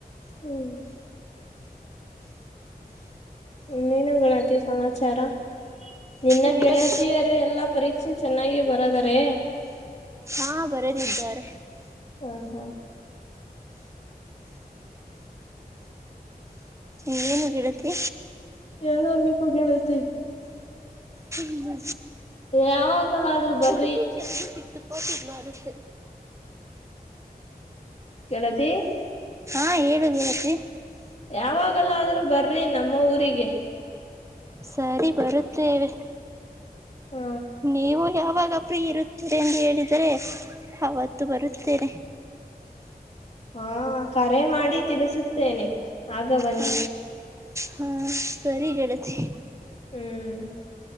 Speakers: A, on the left; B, on the right.
A: ಹ್ಮ್ ಇನ್ನನು ಗಣತಿ ಸಮಾಚಾರ ನಿನ್ನ
B: ನೀಡಬೇಕು
A: ಗೆಳತಿಯರು ಎಲ್ಲಾ ಪರೀಕ್ಷಿ ಚೆನ್ನಾಗ ಬರದಾರೆ
B: ಹಾ ಬರದಿದ್ದಾರೆ
A: ಹ್ಮ ಹಾ
B: ಇನ್ನೇನು ಗೆಳತಿ
A: ಹೇಬೇಕು ಗೆಳತಿ
B: ಪಿನ್ನು
A: ಯಾವಾಗಲ್ಲ ಆದ್ರ್ ಬರ್
B: ರು ಚೆಜ ಸಿತ್ತುಪತಿದ್ದಲ ಅರು ಸ
A: ಕೇಳತಿ
B: ಹಾ ಹೇಳು ಗೆಳತಿ
A: ಯಾವಾಗಲ್ಲ ಆದ್ರೂ ಬರ್ರಿ ನಮ್ಮ ಊರಿಗೆ
B: ಸರಿ ಬರುತ್ತೇವೆ
A: ಹ
B: ನೀವು ಯಾವಾಗ ಆಗ ಫ್ರೀ ಇರುತ್ತೇರಿ ಎಂದು ಹೇಳಿದರೆ ಅವತ್ತು ಬರುತ್ತೇನೆ
A: ಹಾ ಕರೆ ಮಾಡಿ ತಿಳಿಸುತ್ತೇನೆ ಆಗ ಬನ್ನಿ
B: ಹ ಹಾ ಸರಿಗೆಡತಿ
A: ಹ್ಮ್